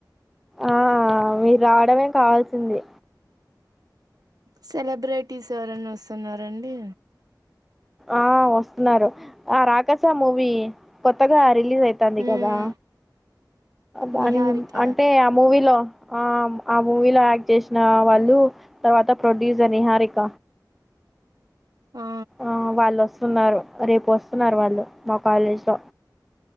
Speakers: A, in the centre; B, on the right.
A: ఆహ్ మీరు రావడమే కావాల్సింది.
B: సెలబ్రిటీస్ ఎవరైనా వస్తున్నరండి.
A: ఆహ్ వస్తున్నారు ఆహ్ రాకస మూవీ కొత్తగా రిల్. రిలీజ్ అయితంది
B: ఉమ్
A: కదా దాని
B: నిహారిక
A: అంటే ఆ మూవీలో. ఆహ్ ఆ మూవీలో యాక్ట్ చేసిన వాళ్ళు తర్వాత ప్రొడ్యూసర్ నిహారిక.
B: ఆ
A: ఆహ్ వాళ్ళు వస్తున్నారు రేపు వస్తున్నారు వాళ్ళు మా కాలేజ్ లో.